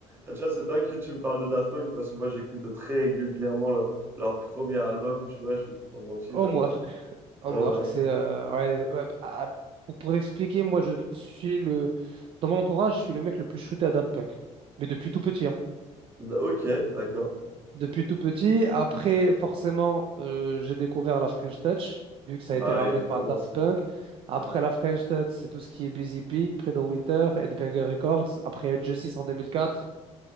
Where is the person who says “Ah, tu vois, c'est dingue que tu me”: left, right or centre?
Right